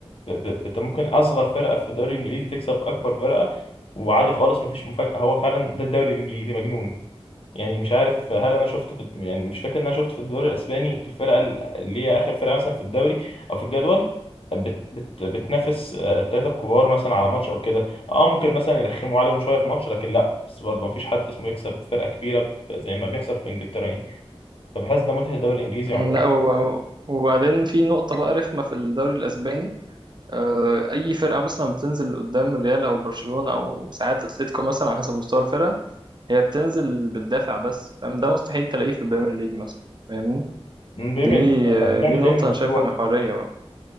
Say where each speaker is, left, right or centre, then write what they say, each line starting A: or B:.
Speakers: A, on the left (about 60°); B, on the right (about 45°).
A: ب... ب... أنت ممكن أصغر فرقة في الدوري الإنجليزي تكسب أكبر فرقة وعادي خالص مفيش مفاجأة هو فعلا ده الدوري الإنجليزي مجنون يعني مش عارف هل انا شفت في يعني مش فاكر ان انا شفت في الدوري الاسباني الفرقه اللي هي اخر فرقه مثلا في الدوري او في الجدول بت بت بتنافس آه، الثلاثه الكبار مثلا على ماتش او كده اه ممكن مثلا يرخموا عليهم شويه في ماتش لكن لا بس برضه مفيش حد اسمه يكسب فرقه كبيره ب- زي ما بيحصل في انجلترا يعني فبحس ده متعه الدوري الانجليزي
B: مم،
A: عموما
B: لا وب- وبعدين في نقطة بقى رخمة في الدوري الأسباني آه، أي فرقة مثلا بتنزل قدام الريال أو برشلونة أو ساعات أتلتيكو مثلا على حسب مستوى الفرقة هي بتنزل بتدافع بس فاهم؟ ده مستحيل تلاقيه في البريمير ليج مثلا فاهمني
A: من البريمير
B: دي
A: ليج بقى،
B: آه،
A: اللعب
B: دي نقطة
A: دايما مفتوح
B: أنا شايفها محورية بقى